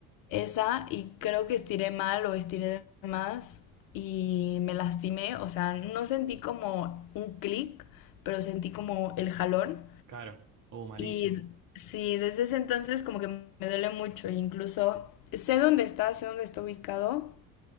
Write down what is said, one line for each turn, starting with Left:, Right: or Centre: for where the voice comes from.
Left: Esa, y creo que estiré mal o estiré de más y me lastimé, o sea, no sentí como un clic, pero sentí como el jalón.
Right: Claro. Oh, malísimo.
Left: Y sí, desde ese entonces como que me duele mucho, e incluso sé dónde está, sé dónde está ubicado,